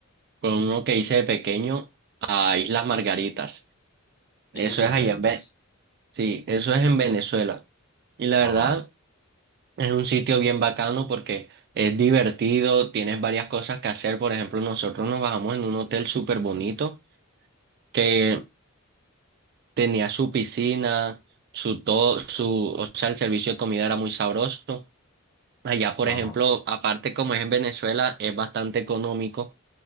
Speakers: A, on the right (about 50°); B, on the left (about 20°).
A: fue uno que hice de pequeño a Islas Margaritas. Eso
B: Y las margaritas.
A: es allá en Ve- sí, eso es en Venezuela. Y la
B: Ajá,
A: verdad, es un sitio bien bacano porque es divertido, tienes varias cosas que hacer. Por ejemplo, nosotros nos bajamos en un hotel súper bonito que tenía su piscina, su todo, su, o sea, el servicio de comida era muy sabroso. Allá, por
B: ajá.
A: ejemplo, aparte como es en Venezuela, es bastante económico.